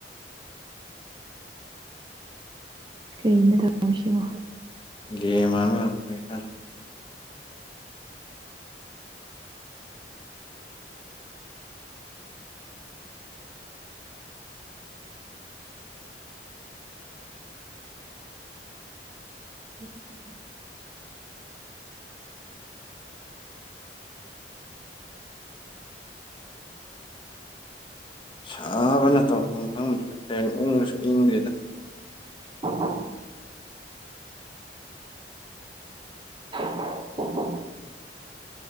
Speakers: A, on the right; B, on the left.
A: ꯀꯩꯅꯣ ꯇꯧꯔꯤꯁꯤꯕꯣ
B: ꯒꯦ ꯃꯥꯟꯕꯉꯥꯛꯇꯅꯦ ꯀꯥꯟ
A: <inaudible>
B: ꯁꯥꯕꯅ ꯇꯧꯐꯝ ꯈꯪꯗ꯭ꯔꯦ ꯐꯦꯟ ꯎꯪꯉꯁꯨ ꯏꯪꯗ꯭ꯔꯤꯗ
A: <inaudible> <inaudible>